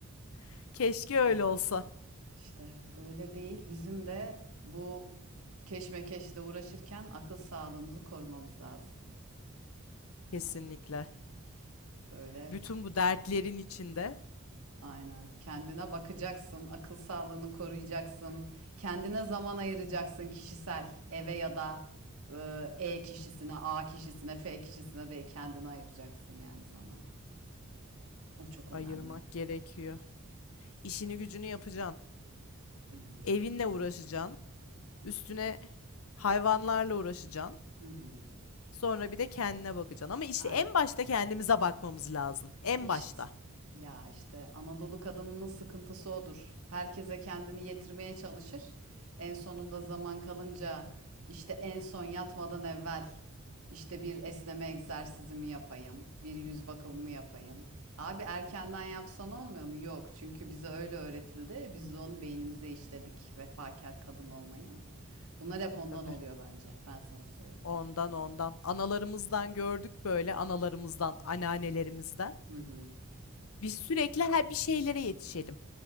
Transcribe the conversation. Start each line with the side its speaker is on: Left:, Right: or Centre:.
Left: <laughs> Keşke öyle
Right: Evet.
Left: olsa.
Right: İşte öyle değil. Bizim de bu keşmekeşle uğraşırken akıl sağlığımızı korumamız lazım.
Left: Kesinlikle.
Right: Yani böyle
Left: Bütün bu dertlerin içinde
Right: aynen kendine bakacaksın, akıl sağlığını koruyacaksın, kendine zaman ayıracaksın kişisel eve ya da e E kişisine, A kişisine, F kişisine değil kendine ayıracaksın yani zaman. O çok önemli.
Left: ayırmak gerekiyor. İşini gücünü yapacaksın.
Right: Hı hı.
Left: evinle uğraşacaksın. Üstüne hayvanlarla uğraşacaksın.
Right: Hı hı.
Left: Sonra bir de kendine bakacaksın. Ama işte
Right: Aynen.
Left: en başta kendimize bakmamız lazım. En
Right: İşte
Left: başta.
Right: ya işte Anadolu kadınının sıkıntısı odur. Herkese kendini yetirmeye çalışır. En sonunda zaman kalınca işte en son yatmadan evvel işte bir esneme egzersizimi yapayım, bir yüz bakımımı yapayım. Abi erkenden yapsan olmuyor mu? Yok. Çünkü bize öyle öğretildi. Biz de onu beynimize işledik vefakar kadın olmayı. Bunlar hep ondan
Left: Tabii.
Right: oluyor bence. Ben sana söyleyeyim.
Left: Ondan ondan. Analarımızdan gördük böyle. Analarımızdan, anneannelerimizden.
Right: Hı hı.
Left: Biz sürekli her bir şeylere yetişelim.